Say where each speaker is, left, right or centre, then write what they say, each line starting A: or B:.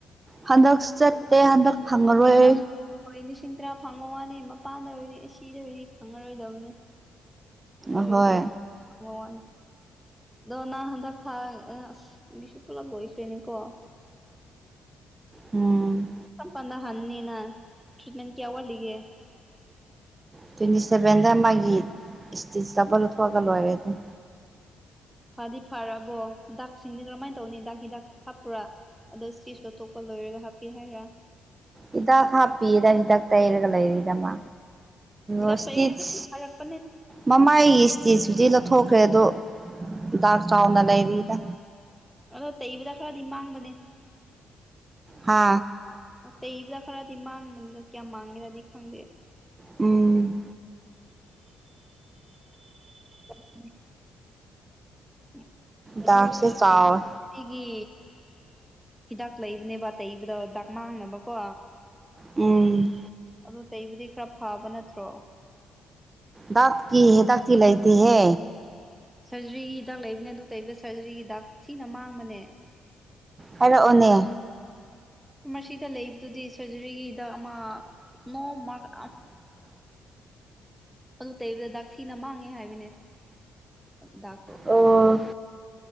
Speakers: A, on the right; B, in the centre.
A: ꯍꯟꯗꯛ ꯆꯠꯇꯦ ꯍꯟꯗꯛ ꯐꯪꯉꯔꯣꯏ
B: ꯅꯪ ꯍꯣꯏ ꯂꯤꯁꯤꯡ ꯇꯔꯥ ꯐꯪꯕ ꯋꯥꯅꯤ ꯃꯄꯥꯟꯗ ꯑꯣꯏꯕꯗꯤ ꯑꯁꯤꯗ ꯑꯣꯏꯕꯗꯤ ꯐꯪꯉꯔꯣꯏꯗꯕꯅꯤ ꯁꯦꯕꯤꯡ
A: ꯑꯍꯣꯏ
B: ꯈꯔꯥ <unintelligible> ꯋꯥꯅꯤ ꯗꯣ ꯅꯪ ꯍꯟꯗꯛ ꯐꯥ ꯑꯁ ꯄꯨꯂꯞ ꯂꯣꯏꯈꯔ꯭ꯦꯅꯤꯀꯣ
A: ꯎꯝ
B: ꯆꯄꯥꯟꯗ ꯍꯟꯅꯅꯤꯅ ꯇ꯭ꯔꯤꯠꯃꯦꯟ ꯀꯌꯥ ꯋꯥꯔꯂꯤꯒꯦ
A: ꯇ꯭ꯋꯦꯟꯇꯤ ꯁꯚꯦꯟꯗ ꯃꯥꯒꯤ ꯏꯁꯇꯤꯆ ꯇꯕ ꯂꯧꯊꯣꯛꯑꯒ ꯂꯣꯏꯔꯦ ꯑꯗꯨꯝ
B: ꯐꯗꯤ ꯐꯥꯔꯕꯣ ꯗꯥꯛꯁꯤꯡꯗꯤ ꯀꯔꯝꯃꯥꯏꯅ ꯇꯧꯅꯤ ꯗꯥꯛ ꯍꯤꯗꯥꯛ ꯍꯥꯞꯄ꯭ꯔꯥ ꯑꯗꯣ ꯆꯦꯖꯇꯣꯊꯣꯛꯄ ꯂꯣꯏꯔꯒ ꯍꯥꯞꯀꯦ ꯍꯥꯏꯔꯥ
A: ꯍꯤꯗꯥꯛ ꯍꯥꯞꯄꯤꯗ ꯍꯤꯗꯥꯛ ꯇꯩꯔꯒ ꯂꯩꯔꯤꯗ ꯃꯥ
B: ꯍꯤꯗꯥꯛ
A: ꯑ ꯏꯁꯇ
B: ꯇꯩ ꯐꯔꯛꯄꯅꯦ
A: ꯃꯃꯥꯏ ꯏꯁꯇꯤꯖꯗꯤ ꯂ ꯊꯣꯛꯈ꯭ꯔꯦ ꯑꯗꯣ ꯍꯤꯗꯥꯛ ꯆꯥꯎꯅ ꯂꯩꯔꯤꯗ
B: ꯑꯗꯣ ꯇꯩꯕꯗ ꯈꯔꯗꯤ ꯃꯥꯡꯕꯅꯦ
A: ꯍꯥ
B: ꯑꯗ ꯏꯕꯗ ꯈꯔꯗꯤ ꯃꯥꯡꯕꯗ ꯀꯌꯥꯝ ꯃꯥꯡꯒꯦꯔꯥꯗꯤ ꯈꯪꯗꯦ
A: ꯎꯝ
B: ꯎꯝ ꯎꯝ ꯑꯗꯨꯒꯤ
A: ꯗꯥꯛꯁꯦ ꯆꯥꯎꯋꯦ
B: ꯑꯦ ꯍꯤꯗꯥꯛ ꯂꯩꯕꯅꯦꯕ ꯇꯩꯕꯗ ꯗꯥꯛ ꯃꯥꯡꯅꯕꯀꯣ
A: ꯎꯝ
B: ꯑꯗꯨ ꯇꯩꯕꯨꯗꯤ ꯈꯔ ꯐꯕ ꯅꯠꯇ꯭ꯔꯣ
A: ꯗꯔꯇꯀꯤ ꯍ ꯗꯀꯤ ꯂꯩꯇ ꯍ
B: ꯁꯔꯖꯔꯤꯒꯤ ꯍꯤꯗꯥꯛ ꯂꯩꯕꯅꯦ ꯑꯗꯨ ꯇꯩꯕ ꯁꯔꯖꯔꯤꯒꯤ ꯍꯤꯗꯥꯛ ꯊꯤꯅ ꯃꯥꯡꯕꯅꯦ
A: ꯍꯥꯏꯔꯛꯑꯣꯅꯦ
B: ꯃꯁꯤꯗ ꯂꯩꯕꯗꯨꯗꯤ ꯁꯔꯖꯔꯤꯒꯤꯗ ꯑꯃ ꯅꯣꯔ ꯑꯗꯨ ꯇꯩꯕꯗ ꯗꯥꯛ ꯊꯤꯅ ꯃꯥꯡꯉꯦ ꯍꯥꯏꯕꯅꯦ ꯗꯥꯛꯇꯣ
A: ꯑꯣ